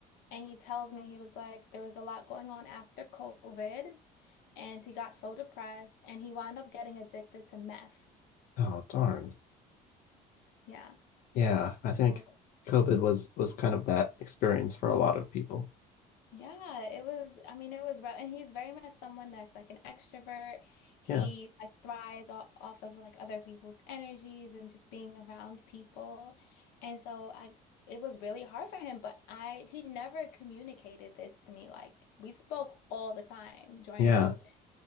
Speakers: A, on the left (about 80°); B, on the left (about 65°).
A: And he tells me he was like, there was a lot going on after COVID, and he got so depressed and he wound up getting addicted to meth.
B: Oh, darn.
A: Yeah.
B: Yeah, I think
A: Oh.
B: COVID was was kind of that experience for a lot of people.
A: Yeah, it was, I mean, it was rough. And he's very much someone that's like an extrovert. He
B: Yeah.
A: like thrives o- off of like other people's energies and just being around people. And so I, it was really hard for him, but I, he never communicated this to me. Like we spoke all the time during
B: Yeah.
A: COVID.